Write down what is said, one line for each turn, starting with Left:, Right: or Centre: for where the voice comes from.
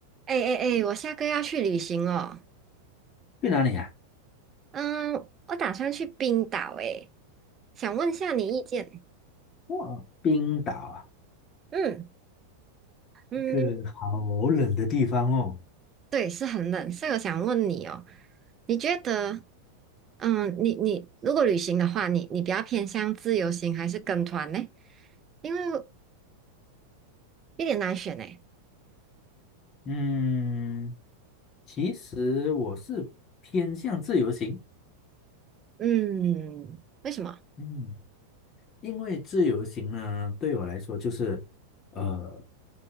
Right: 哎哎哎，我下个月要去旅行哦。
Left: 去哪里啊？
Right: 嗯，我打算去冰岛哎，想问下你意见。
Left: 哇，冰岛啊，
Right: 嗯嗯，
Left: 一个好冷的地方哦。
Right: 对，是很冷，所以我想问你哦，你觉得，嗯，你你如果旅行的话，你你比较偏向自由行还是跟团呢？因为有点难选哎。
Left: 嗯，其实我是偏向自由行，
Right: 嗯，为什么？
Left: 嗯，因为自由行呢，对我来说就是，呃，